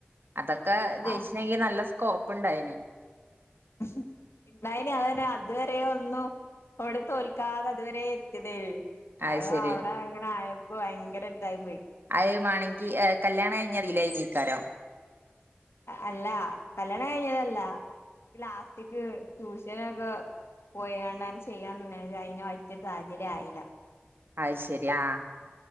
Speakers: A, on the right; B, on the left.
A: അതൊക്ക ജയിച്ചണെങ്കി
B: ആ
A: നല്ല സ്കോപ്പ് പ്പുണ്ടായേനെ
B: <unintelligible> അതെന്നെ അതുവരെ ഒന്നും അവിടെ തോൽക്കാത അതുവരെ എത്തിയതേയു ആ
A: അത് ശരി
B: അവിടെ അങ്ങനെ ആയ ഇപ്പൊ ഭയങ്കര ഇതായി പോയി
A: ആയ് മണ്ങ്കിൽ കല്യാണം കഴിഞ്ഞല്ലേ <unintelligible> കരം
B: അല്ല കല്യാണം കഴിഞ്ഞതല്ല ലാസ്റ്റക്ക് ട്യൂഷനൊക്കെ പോയിണ്ട ചെയ്യാന്ന അതിന് പറ്റിയൊരു സാഹചര്യം ആയില്ല
A: അയ് ശരി ആഹ്